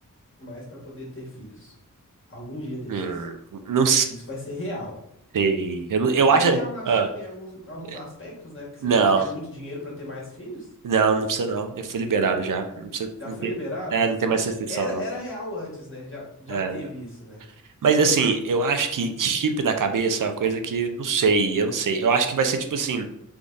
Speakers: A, on the left; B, on the right.
A: mais para poder ter filhos. Algum dia desses.
B: hum, não
A: Isso vai ser real.
B: sei. Eu, não- eu
A: Já
B: acho.
A: é real na China
B: Ah,
A: em alguns, alguns
B: é,
A: aspectos, né? Porque você
B: não,
A: tem que ter muito dinheiro para ter mais filhos.
B: não, não precisa não. Eu fui liberado já. Não precisa,
A: Já
B: não
A: foi
B: tem,
A: liberado,
B: é, não tem
A: mas
B: mais restrição,
A: era,
B: não.
A: era real antes, né? Já, já
B: É,
A: teve
B: né?
A: isso, né?
B: mas assim, eu acho que chip na cabeça é uma coisa que, não sei, eu não sei. Eu acho que vai ser tipo assim.